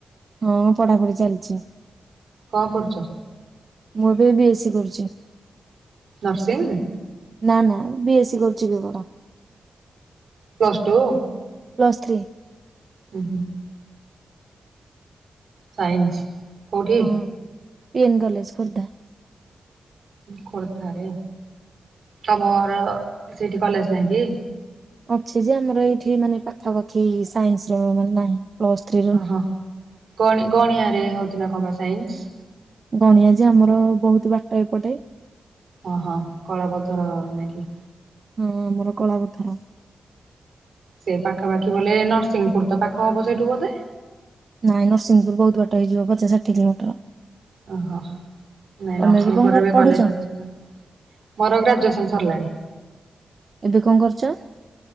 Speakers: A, on the right; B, on the right.
A: ହଁ ପଢାପଢି ଚାଲିଛି।
B: କଣ ପଡ଼ୁଛ?
A: ମୁଁ ଏବେ ବି ଏ ସି କରୁଛି।
B: ନରସିଂହ ନା।
A: ନାଁ ନାଁ ବି ଏ ସି କରୁଛି କେବଳ।
B: Plus two.
A: Plus three.
B: ହୁଁ ହୁଁ। ସାଇନ୍ସ। କୋଉଠି?
A: ହଁ ପି ଏନ୍ କଲେଜ ଖୋର୍ଦ୍ଧା।
B: ଖୋର୍ଦ୍ଧାରେ ତମର ସେଠି କଲେଜ ନାଇଁ କି?
A: ଅଛି ଯେ ଆମର ଏଇଠି ମାନେ ପାଖାପାଖି ସାଇନ୍ସ ର ମାନେ ନାହିଁ। ପ୍ଲସ୍ ଥ୍ରୀ ର
B: ଓହୋ
A: ନାହିଁ।
B: ଗଣି-ଗଣିବାରେ ହୋଉଚି ନା କଣ ବା ସାଇନ୍ସ?
A: ଗଣିଆ ଯେ ଆମର ବୋହୁତ ବାଟ ଏପଟେ।
B: ଓ ହୋ କଳା ପଥର ନା କି।
A: ହଁ ଆମର କଳା ପଥର।
B: ସେଇ ପାଖାପାଖି ଗଲେ ନରସିଂହପୁର ତ ପାଖ ହବ ସେଇଠୁ ବୋଧେ।
A: ନାଇଁ ନରସିଂହପୁର ବୋହୁତ ବାଟ ହେଇଯିବ ପଚାଷ ଷାଠିଏ କିଲୋମିଟର।
B: ଓହୋ ନାଇଁ
A: ତମେ
B: ନରସିଂହପୁର
A: ଏବେ କଣ
B: ପରେ
A: କର-
B: ବି
A: ପଢୁଛ?
B: କଲେଜ ଅଛି ନା। ମୋର ଗ୍ରାଜୁଏସନ୍ ସରିଲାଣି।
A: ଏବେ କଣ କରୁଚ?